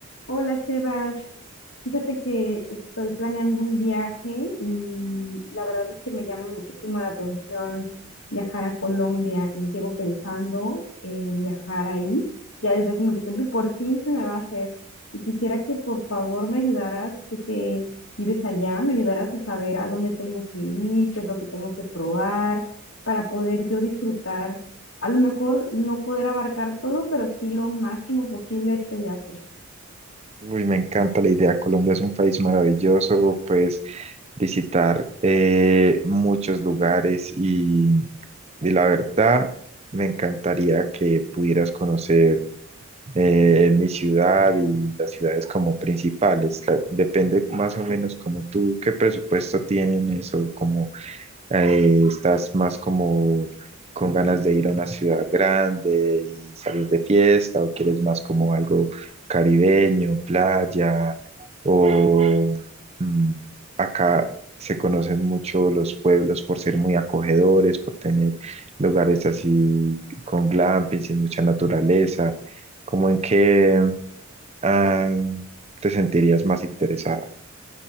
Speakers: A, on the left; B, on the right.
A: Hola, Sebas. Fíjate que estoy planeando un viaje y la verdad es que me llama muchísimo la atención viajar a Colombia. Y llevo pensando en viajar ahí ya desde hace mucho tiempo y por fin se me va a hacer. Y quisiera que por favor me ayudaras, tú que vives allá, me ayudaras a saber a dónde tengo que ir, qué es lo que tengo que probar para poder yo disfrutar. A lo mejor no poder abarcar todo, pero sí lo máximo posible este viaje.
B: Uy, me encanta la idea. Colombia es un país maravilloso, puedes visitar eh, muchos lugares y, y la verdad me encantaría que pudieras conocer eh, mi ciudad y las ciudades como principales. La- depende más o menos como tú, qué presupuesto tienes o como eh, estás más como con ganas de ir a una ciudad grande y salir de fiesta, o quieres más como algo caribeño, playa, o mm, acá se conocen mucho los pueblos por ser muy acogedores, por tener lugares así con glamping, sin mucha naturaleza, como en que ah, te sentirías más interesada.